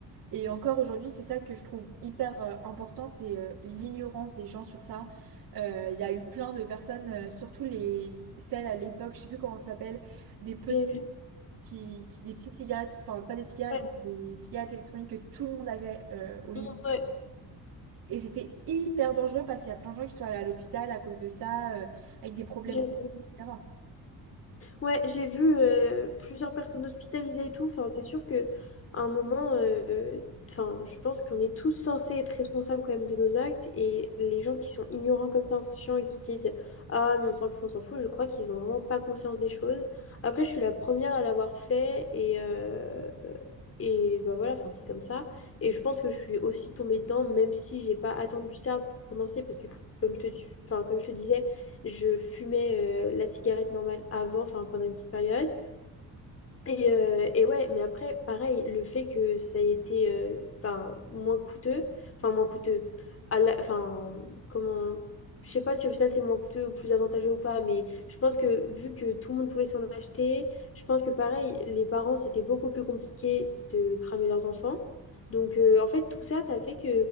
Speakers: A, on the right; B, on the left.
A: Et encore aujourd'hui, c'est ça que je trouve hyper euh, important, c'est euh, l'ignorance des gens sur ça. Euh, Il y a eu plein de personnes, euh, surtout les... celles à l'époque, je sais plus comment ça s'appelle, des petits
B: J'ai vu.
A: qui, qui- des petites cigarettes, enfin pas des cigarettes,
B: Ouais,
A: mais des cigarettes électroniques que tout le monde avait euh, au lycée.
B: ouais.
A: Et c'était hyper dangereux parce qu'il y a plein de gens qui sont allés à l'hôpital à cause de ça, euh, avec des problèmes
B: J'ai
A: au cou, etc.
B: Ouais, j'ai vu euh, plusieurs personnes hospitalisées et tout. Enfin, c'est sûr que à un moment, euh, enfin, je pense qu'on est tous censés être responsables quand même de nos actes. Et les gens qui sont ignorants comme ça, insouciants et qui disent Ah, mais on s'en fout, on s'en fout, je crois qu'ils ont vraiment pas conscience des choses. Après, je suis la première à l'avoir fait et, euh, et bah voilà, enfin, c'est comme ça. Et je pense que je suis aussi tombée dedans, même si j'ai pas attendu ça pour commencer, parce que comme je te, enfin, comme je te disais, je fumais euh, la cigarette normale avant, enfin pendant une petite période. Et, euh, et ouais, mais après, pareil, le fait que ça ait été euh, enfin, moins coûteux, enfin moins coûteux, à la- enfin comment, je sais pas si au final c'est moins coûteux ou plus avantageux ou pas, mais je pense que vu que tout le monde pouvait s'en acheter, je pense que pareil, les parents, c'était beaucoup plus compliqué de cramer leurs enfants. Donc euh, en fait, tout ça, ça fait que